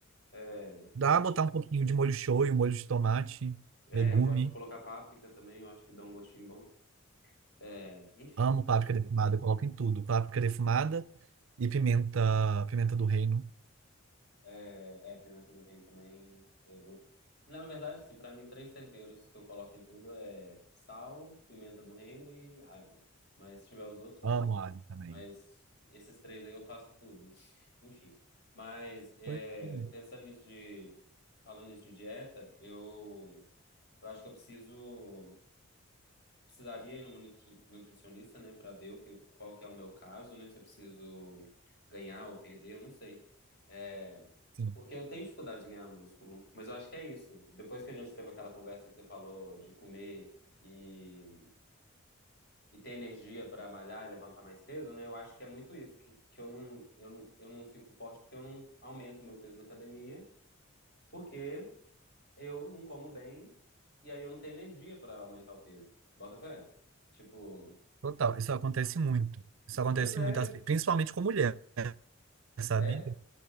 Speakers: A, on the left (about 50°); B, on the right (about 70°).
A: É,
B: Dá pra botar um pouquinho de molho shoyu, molho de tomate,
A: É,
B: legume.
A: eu gosto de colocar páprica também, eu acho que dá um gostinho bom. É, enfim,
B: Amo páprica defumada, eu coloco em tudo. Páprica defumada e pimenta, pimenta do reino.
A: é, é, pimenta do reino também. Eu... Na verdade, assim, para mim, três temperos que eu coloco em tudo é sal, pimenta do reino e alho. Mas se tiver os outros, óbvio.
B: Amo
A: né?
B: alho também.
A: Mas esses três aí eu faço tudo. <laughs> Enfim. Mas é,
B: Pois é,
A: pensando nisso de... Falando nisso de dieta, eu, eu acho que eu preciso... precisaria ir numa nutri- nutricionista, né, para ver o que, qual que é o meu caso, né, se eu preciso ganhar ou perder, eu não sei. É,
B: Sim,
A: porque eu tenho dificuldade de ganhar músculo, mas eu acho que é isso. Depois que a gente teve aquela conversa que você falou de comer e, e ter energia para malhar e levantar mais peso, né, eu acho que é muito isso, que, que eu não, eu não, eu não fico forte porque eu não aumento o meu peso na academia, porque eu não como bem e aí eu não tenho energia para aumentar o peso. Bota fé. Tipo,
B: total. Isso acontece muito. Isso acontece
A: Pois é,
B: muito, as- principalmente com mulher, sabe?
A: É?